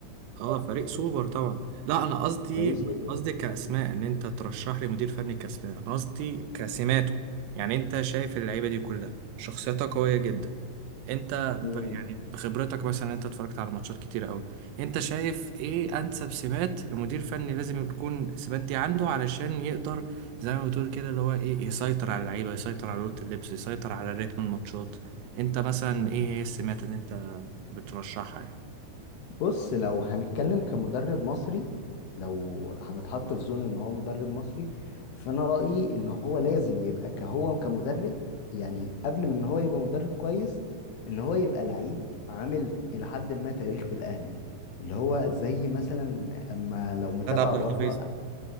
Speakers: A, on the right; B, on the left.
A: اه فريق سوبر طبعا لا انا قصدي
B: فريق
A: مش
B: سوبر
A: قصدي كاسماء ان انت ترشح لي مدير فني كاسماء انا قصدي كسماته يعني انت شايف اللعيبه دي كلها شخصيتها قويه جدا انت
B: مم.
A: ب... يعني بخبرتك مثلا انت اتفرجت على ماتشات كتير قوي انت شايف ايه انسب سمات لمدير فني لازم تكون السمات دي عنده علشان يقدر زي ما بتقول كده اللي هو ايه يسيطر على اللعيبه يسيطر على اوضه اللبس يسيطر على رتم الماتشات انت مثلا ايه هي السمات اللي انت بترشحها يعني
B: بص لو هنتكلم كمدرب مصري لو هنتحط في زون ان هو مدرب مصري فانا رأيي ان هو لازم يبقى كهو كمدرب يعني قبل من ان هو يبقى مدرب كويس ان هو يبقى لعيب عامل الى حد ما تاريخ في الاهلي اللي هو زي مثلا اما لو متابع
A: سيد عبد الحفيظ
B: بره